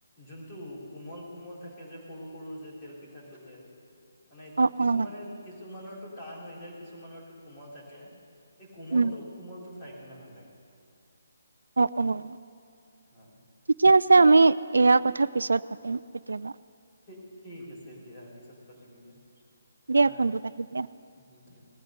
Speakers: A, on the left; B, on the right.
A: যোনটো কোমল-কোমল থাকে যে সৰু-সৰু যে। তেল পিঠাটো যে মানে
B: অ
A: কিছুমানে
B: অ
A: কিছুমানৰ টান হৈ যায় কিছুমানৰটো কোমল থাকে, এই কোমলটো-কোমলটো
B: উম
A: খাই কিনে ভাল লাগে
B: <unintelligible>
A: অ
B: ঠিকে আছে আমি এয়া কথ কথা পিছত পাতিম কেতিয়াবা
A: ঠিক ঠিক আছে দিয়া পিছত পাতিম দিয়া
B: দিয়া
A: হয়
B: ফোনটো কাটি দিয়া
A: হু দিয়া